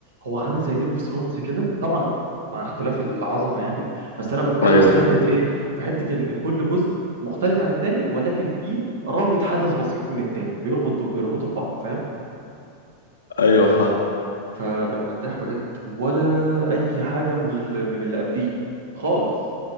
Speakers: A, on the right (about 65°); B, on the left (about 70°).
A: هو عامل زي جيم اوف ثرونز كده طبعا مع اختلاف العظمه يعني بس انا بتكلم
B: ايوه
A: في حته ايه في حته ان كل جزء مختلف عن التاني ولكن في رابط حدث بسيط من التاني بيربطوا بيربطوا ببعض فاهم
B: ايوه فاهم
A: فالمداح بجد ولا اي حاجه من ال- من اللي قبليه خالص